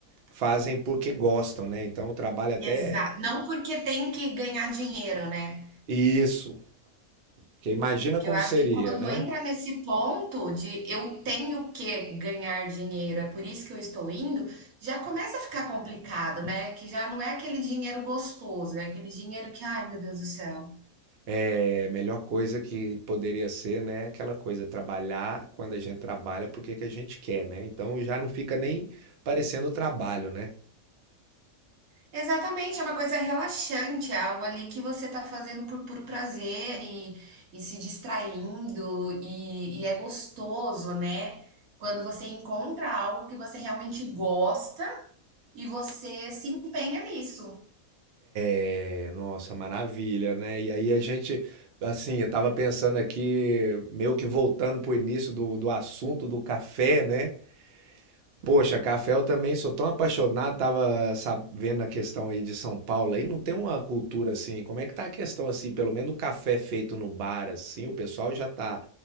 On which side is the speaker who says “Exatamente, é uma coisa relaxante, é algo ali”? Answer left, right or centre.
Right